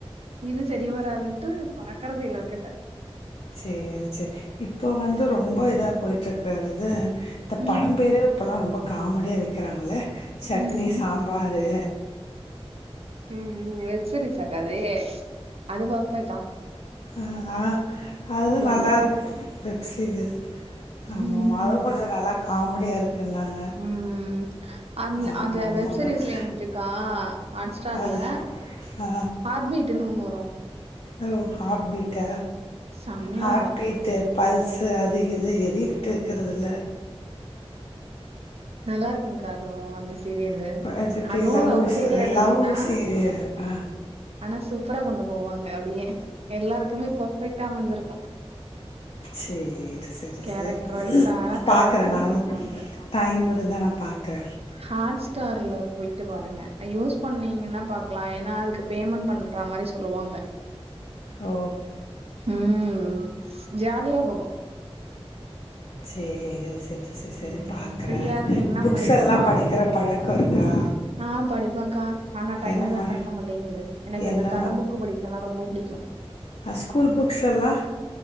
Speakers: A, on the right; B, on the left.
A: இது செரி வராதுன்டு பாக்கறதே இல்ல விட்டுட்ட
B: சேரி சேரி இப்போ வந்து ரொம்ப இதா போய்ட்ருக்கறது இந்த
A: ம்
B: படோ பேரே இப்போலா ரொம்ப காமெடியா வெக்கறாங்கள சட்னி
A: என்னன்னு
B: சாம்பாரு
A: ம் வெப்சீரிசாகா அது அது பாப்பேகா
B: அ ஆ அது நல்லாருக்கு
A: பாப்பே
B: வெப் சீரியஸு ஆமா
A: ம்
B: ஆமா அதுவு கொஞ்சோ நல்லா காமெடியா இருக்குன்னாங்
A: ம் அந்
B: ஆமாமா.
A: அந்த வெப் சீரீஸ்ல
B: அட்
A: வந்துட்டுகா ஹாட் ஸ்டார்ல
B: அது அது ஆ
A: ஹார்ட் பீட்டுனு ஒன்னு வரு
B: ஹலோ ஹார்ட் பீட்டா
A: செம்மையா
B: ஹார்ட்
A: இருக்கு
B: பீட்டு பல்ஸு அது இது எதியு விட்டு வெக்கறது இல்ல
A: நல்லாருக்குகா அதுவு அந்த சீரியலு
B: அது இப்டி
A: அதுவு
B: லவ்ஸ்
A: லவ்கு ரிலேட்டடுதா
B: லவ் சீரியல். ஆ.
A: ஆனா சூப்பரா கொண்டு போவாங்க அப்டியே எல்லாருக்குமே பர்ஃபெக்ட்டா அமஞ்சிருக்கு
B: சேர் செரி
A: கேரக்டர்
B: செரி
A: வைஸா
B: செரி
A: கரெக்டா
B: பாக்குற
A: குடுத்துருப்பாங்க
B: நானு டைம் இருந்தா நா பாக்குற
A: ஹாட்ஸ்டார்ல போயிட்டு பாருங்க யூஸ் பண்ணீங்கனா பாக்கலா எனா அதுக்கு பேமெண்ட் பண்ற மாரி சொல்லுவாங்க
B: ஓ
A: ம் ஜாலியா போகு
B: சேரி சேர் செரி செரி
A: ம்
B: பாக்கறே
A: ஃப்ரீயா இருந்தீங்கன்னா
B: புக்ஸ்
A: முடிஞ்சா
B: எல்லா
A: பாருங்க
B: படிக்கிற பழக்கோ இருக்கா
A: ஆ படிப்பங்க்கா ஆனா டைம்
B: என்ன
A: தாக்கா
B: மா
A: இருக்க மாட்டேங்குது எனக்கு
B: என்ன
A: இந்த கத புக்கு படிக்கல்லா ரொம்ப புடிக்கு
B: அ ஸ்கூல் புக்ஸ் எல்லா